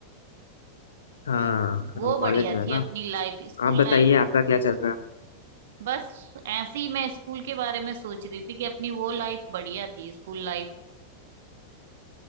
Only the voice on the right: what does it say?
वो
बढ़िया
थी
अपनी लाइफ स्कूल
लाइफ
बस ऐसे ही मैं स्कूल के बारे में सोच रही थी कि अपनी वो लाइफ बढ़िया थी स्कूल लाइफ